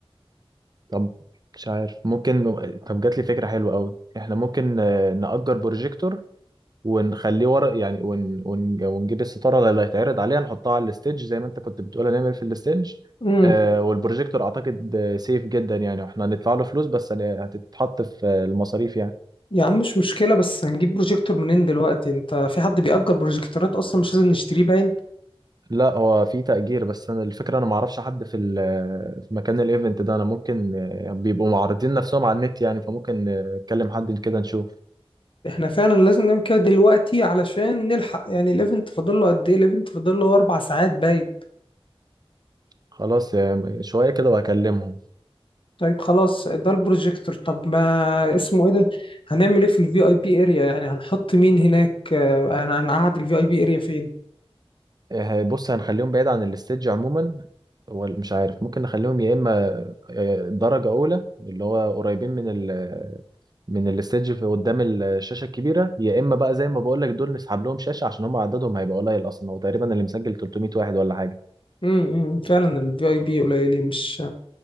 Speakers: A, on the right (about 40°); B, on the left (about 60°).
A: طب مش عارف ممكن طب جات لي فكره حلوه قوي احنا ممكن آه، نأجر بروجيكتور ونخليه ورق يعني ون... ون... ونجيب الستاره اللي هيتعرض عليها نحطها على الستيج زي ما انت كنت بتقول هنعمل في الستيج
B: امم
A: آه والبروجيكتور اعتقد آه، سيف جدا يعني واحنا هندفع له فلوس بس هن- هتتحط في آه، المصاريف يعني
B: يا عم مش مشكلة بس هنجيب بروجيكتور منين دلوقتي انت في حد بيأجر بروجيكتورات اصلا مش لازم نشتريه باين
A: لا هو في تأجير بس انا الفكره انا ما اعرفش حد في ال... في مكان الايفنت ده انا ممكن آه، بيبقوا معرضين نفسهم على النت يعني فممكن آه، نكلم حد كده نشوف
B: احنا فعلا لازم نعمل كده دلوقتي علشان نلحق يعني الايفنت فاضل له قد ايه الايفنت فاضل له اربع ساعات باين
A: خلاص آه، شويه كده وهكلمهم
B: طيب خلاص ده البروجيكتور طب ما اسمه ايه ده هنعمل ايه في الفي اي بي اريا يعني هنحط مين هناك آه، هن- هنقعد الفي اي بي اريا فين
A: إيه، بص هنخليهم بعيد عن الستيج عموما هو مش عارف ممكن نخليهم يا اما آه، درجه اولى اللي هو قريبين من ال من الستيج في قدام الشاشه الكبيره يا اما بقى زي ما بقول لك دول نسحب لهم شاشه عشان هم عددهم هيبقى قليل اصلا هو تقريبا اللي مسجل 300 واحد ولا حاجه
B: امم فعلا الفي اي بي قليلين مش